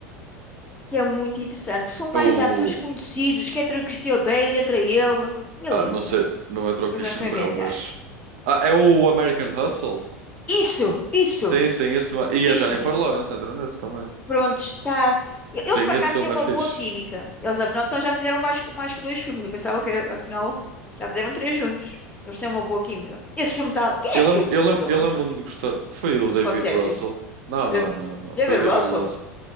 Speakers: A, on the left (about 15°); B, on the right (about 55°).
A: Que é muito interessante. São vários
B: É o.
A: atores conhecidos, que entra o Christian Bale, entra ele. Ele
B: Ah, não
A: entra.
B: sei, não entrou o
A: Eu
B: Christian
A: já estou a
B: Bale,
A: inventar.
B: mas. Ah, é o American Hustle?
A: Isso, isso,
B: Sim, sim, esse filme. E
A: isso.
B: a Jennifer Lawrence entra nesse também.
A: Prontos, tá. E-
B: Sim,
A: Eles por acaso
B: esse filme
A: têm uma
B: é fixe.
A: boa química. Eles afinal então já fizeram mais, mais que dois filmes. Eu pensava que era- afinal já fizeram três juntos. Eles têm uma boa química. Esse filme tá. Quem
B: Eu
A: é que
B: lembro,
A: fez
B: eu
A: esse
B: lembro,
A: filme?
B: eu lembro-me de gostar. Foi o
A: O
B: David
A: Scorsese?
B: Russell. Não, não,
A: Da-
B: não, não.
A: David
B: Foi o David
A: Russell?
B: Russell.